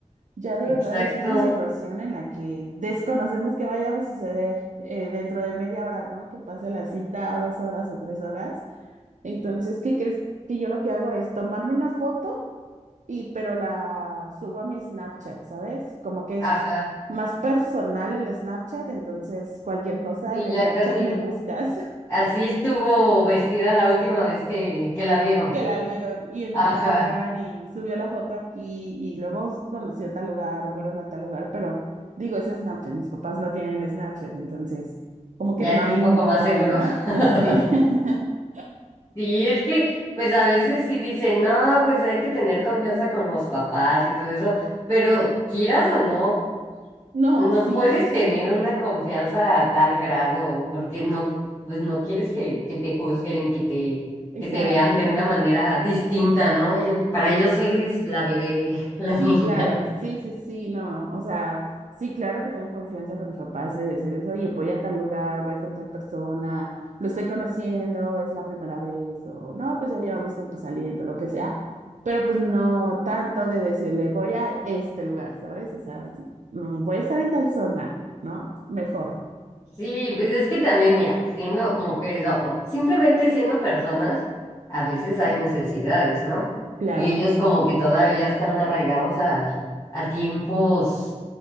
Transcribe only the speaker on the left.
Exacto.
Ajá.
Sí,
ya
casi.
Así estuvo vestida la última vez que, que la vieron.
Ajá.
Ya
es
un poco
más seguro.
<laughs>
Sí, es que, pues a veces sí dicen, no, pues hay que tener confianza con los papás y todo eso, pero quieras o no.
No
puedes
tener una confianza a tal grado, porque no, pues no quieres que, que te juzguen, que te,
que te vean de una manera distinta, ¿no? Ellos, para ellos eres la bebé, <laughs> la
niña.
Sí, pues es que también, mira, siendo mujeres o o simplemente siendo personas, a veces hay necesidades, ¿no?
Y ellos como que todavía están arraigados a, a tiempos